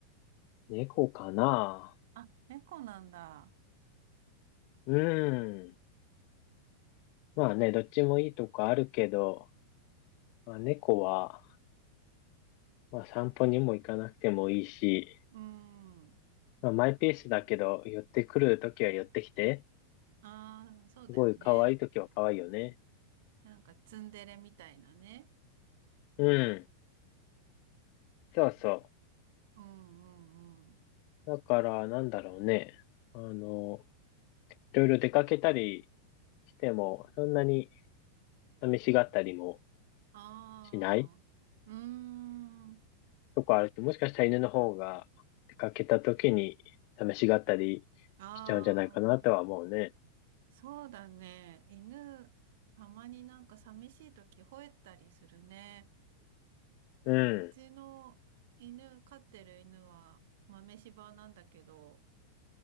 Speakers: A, on the left (about 45°); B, on the right (about 55°).
A: 猫かな
B: あ、猫なんだ。
A: うーん。まあね、どっちもいいとこあるけど、まあ、猫は、まあ散歩にも行かなくてもいいし、
B: うーん。
A: まあマイペースだけど、寄ってくるときは寄ってきて、
B: ああ、そうだよね。
A: すごい可愛いときは可愛いよね。
B: なんかツンデレみたいなね。
A: うん。そうそ
B: うんうんうん。
A: う。だから、なんだろうね。あの、いろいろ出かけたりしても、そんなに寂しがったりも
B: ああ、
A: しない。
B: うーん。
A: とかあると、もしかしたら犬の方が出かけた時に試しがったりしちゃうんじゃないかなとは思うね。
B: ああ、そうだね。犬、たまになんか寂しい時吠えたりするね。
A: うん、
B: うちの犬、飼ってる犬は豆柴なんだけど、